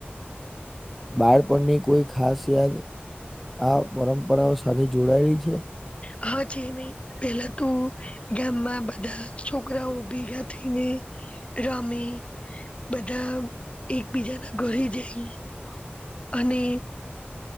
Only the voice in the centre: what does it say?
બાળપણની કોઈ ખાસ યાદ, આ પરંપરાઓ સાથે જોડાયેલી છે?
હ